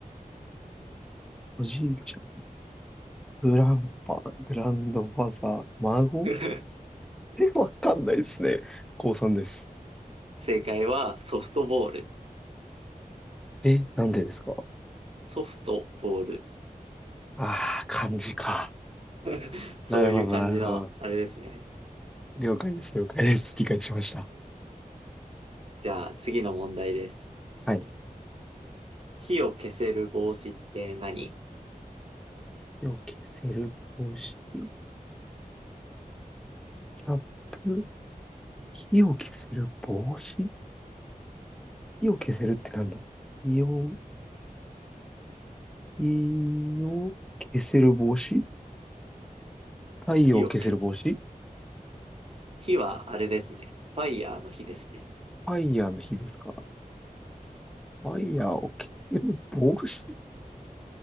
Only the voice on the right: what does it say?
<laughs>
正解はソフトボール。
ソフトボール。
<laughs> そういう感じの、
あれですね。
じゃあ、次の問題です。
火を消せる帽子って何
火を消す。火はあれですね。ファイヤーの火ですね。